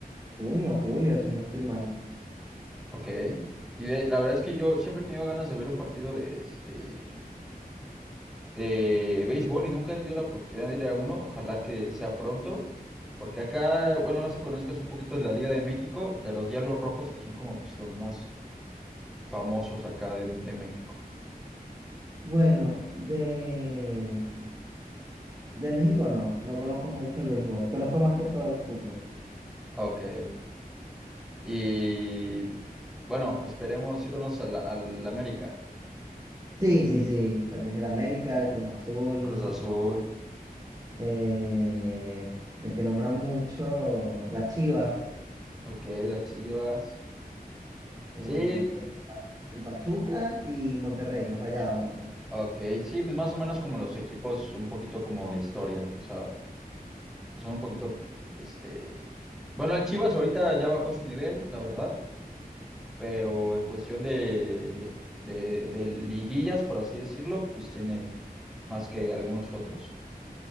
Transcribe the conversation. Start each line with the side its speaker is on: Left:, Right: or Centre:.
Right: junio, julio, si no estoy mal.
Centre: Ok. Y de- la verdad es que yo siempre he tenido ganas de ver un partido de este de béisbol y nunca he tenido la oportunidad de ir a uno. Ojalá que sea pronto. Porque acá, bueno, no sé si conozcas un poquito de la Liga de México, de los Diablos Rojos, que son como pues, los más famosos acá de, de México.
Right: Bueno, de, de México no, no conozco mucho el béisbol, conozco más que todo el fútbol.
Centre: Ok. Y bueno, esperemos si conoces al, al América,
Right: Sí, sí, sí, lo que es el América, el Cruz Azul.
Centre: en Cruz Azul.
Right: eh, el que nombra mucho, las Chivas,
Centre: Ok, las Chivas.
Right: eh,
Centre: Sí,
Right: el Pa- el Pachuca y Monterrey, los Rayados.
Centre: Sí, como...
Right: <laughs>
Centre: Ok, sí, pues más o menos como los equipos un poquito como de historia, o sea, que son un poquito, este... Bueno, el Chivas ahorita ya bajó su nivel, la verdad, pero en cuestión de, de, de liguillas, por así decirlo, pues tiene más que algunos otros.